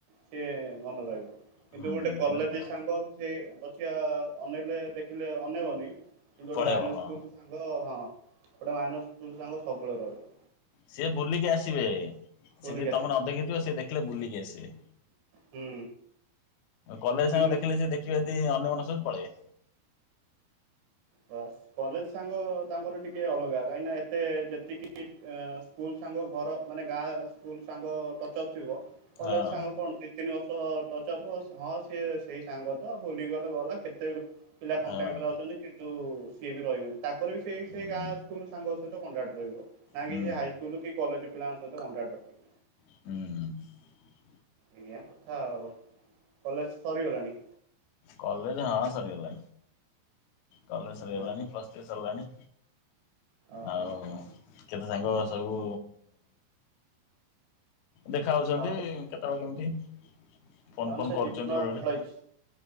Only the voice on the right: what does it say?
ସିଏ ମନେ ରହିବ କିନ୍ତୁ
ଗୋଟେ
କଲେଜ
ସାଙ୍ଗ ସେ ପଛିଆ ଅନେଇଲେ ଦେଖିଲେ ଅନେଇବନି କିନ୍ତୁ ଗୋଟେ
ମାଇନସ୍
ସ୍କୁଲ୍ ସାଙ୍ଗ ହଁ ଗୋଟେ ମାଇନସ୍ ସ୍କୁଲ୍ ସାଙ୍ଗ ସବୁବେଳେ ରହିବ।
ଭୁଲିକି
ଆସିବେ
ହୁଁ
କିନ୍ତୁ
ହ କଲେଜ ସାଙ୍ଗ ତାଙ୍କର ଟିକେ ଅଲଗା କାହିଁକି ନା ଏତେ ଯେତିକି ଆଁ ସ୍କୁଲ୍ ସାଙ୍ଗ ଘର ମାନେ ଗାଁ ସ୍କୁଲ ସାଙ୍ଗ ଟଚ୍ ଅପ୍ ଥିବ କଲେଜ
ସାଙ୍ଗ କଣ ଦି ତିନି ବର୍ଷ ଟଚ୍ ଅପ୍ ହଁ ସିଏ ସେଇ ସାଙ୍ଗ ତ ବୁଲିକି ଗଲେ ଗଲା କେତେ ପିଲା କଣ୍ଟାକ୍ଟର
ଅଛନ୍ତି। କିନ୍ତୁ ସିଏ ବି ରହିବନି ତାଙ୍କର ବି ସେ
ସେଇ ଗାଁ ସ୍କୁଲ ସାଙ୍ଗ ସହିତ କଣ୍ଟ୍ରାକ୍ଟ ରହିବ। ନା
କି ସେ ହାଇସ୍କୁଲ କି କଲେଜ୍ ପିଲାଙ୍କ ସହିତ କଣ୍ଟାକଟ।
ଏଇଆ କଥା ଆଉ କଲେଜ୍ ସରିଗଲାଣି?
ଆଚ୍ଛା
ଓହୋ
ହୋ
ତାମାନେ
ତାମାନେ
ସେ
ଜୀବନ
ପଳେଇଛି